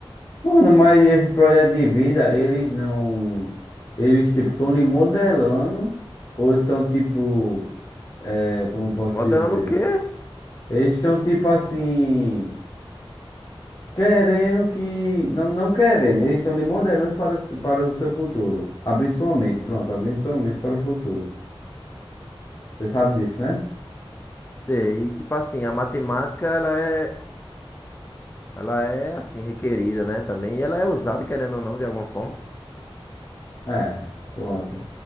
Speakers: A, on the left; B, on the left.
A: Mano, mas esse projeto de vida, eles não... Eles, tipo, estão lhe modelando ou estão, tipo... É, como eu posso
B: Modelando
A: dizer?
B: o quê?
A: Eles estão, tipo, assim... Querendo que... Não, não querendo. Eles estão lhe modelando para, o- para o seu futuro. Abrindo sua mente. Pronto, abrindo sua mente para o futuro. Você sabe disso, né?
B: Sei, e tipo assim, a matemática, ela é. Ela é assim requerida, né? Também. E ela é usada, querendo ou não, de alguma forma.
A: É, pronto.